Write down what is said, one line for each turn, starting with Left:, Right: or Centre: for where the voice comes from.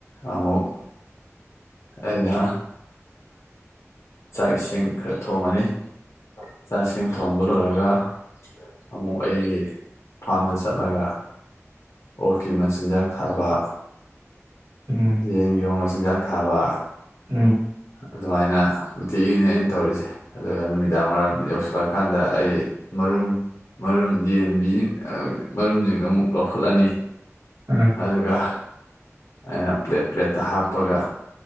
Left: ꯑꯃꯨꯛ꯫ ꯑꯩꯅ ꯆꯥꯛ ꯏꯁꯤꯡ ꯈꯔ ꯊꯣꯡꯉꯅꯤ꯫ ꯆꯥꯛꯁꯤꯡ ꯊꯣꯡꯕ ꯂꫭꯏꯔ꯫ ꯒ ꯑꯃꯨꯛ ꯑꯩ ꯐꯥꯝꯗ ꯆꯠꯂꯒ꯫ ꯑꯣꯛꯀꯤ ꯃꯆꯤꯟꯖꯥꯛ ꯊꯥꯕ꯫
Right: ꯎꯝ
Left: ꯌꯦꯟꯒꯤ ꯃꫭꯛ ꯃꯆꯤꯟꯖꯥꯛ ꯊꯥꯕ꯫
Right: ꯎꯝ꯫
Left: ꯑꯗꯨꯃꯥꯏꯅ ꯅꯨꯡꯇꯤꯒꯤꯅꯤ ꯑꯩꯅ ꯇꯧꯔꯤꯁꯦ꯫ ꯑꯗꯨꯒ ꯅꯨꯃꯤꯗꯥꯡ ꯋꯥꯏꯔꯝ ꯌꯧꯁꯤꯜꯂꯀꯥꯟꯗ ꯑꯩ ꯃꯔꯨꯝ꯫ ꯃꯔꯨꯝ ꯌꯦꯟꯕꯤ ꯃꯔꯨꯝꯁꯤꯡꯗꯨ ꯑꯃꯨꯛ ꯂꯧꯈꯠꯂꯅꯤ꯫
Right: ꯑꯥ
Left: ꯑꯗꯨꯒ ꯑꯩꯅ ꯄ꯭ꯂꯦꯠ ꯄ꯭ꯂꯦꯠꯇ ꯍꯥꯞꯄꯒ꯫